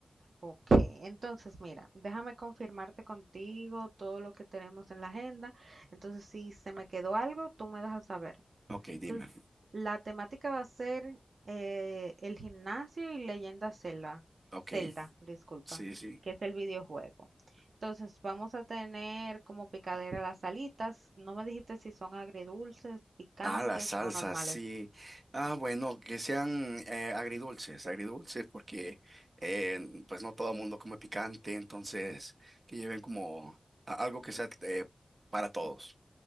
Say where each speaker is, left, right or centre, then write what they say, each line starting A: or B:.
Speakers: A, on the right (about 85°); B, on the right (about 45°).
A: Ok, entonces mira, déjame confirmarte contigo todo lo que tenemos en la agenda. Entonces, si se me quedó algo, tú me dejas saber.
B: Ok, dime.
A: Entonces, la temática va a ser eh, el gimnasio y leyenda Zelda,
B: Ok.
A: Zelda, disculpa,
B: Sí, sí.
A: que es el videojuego. Entonces, vamos a tener como picadera las alitas. No me dijiste si son agridulces, picantes
B: Ah, las salsas,
A: o normales.
B: sí. Ah, bueno, que sean eh, agridulces, agridulces, porque eh, pues no todo el mundo come picante, entonces que lleven como a- algo que sea eh, para todos.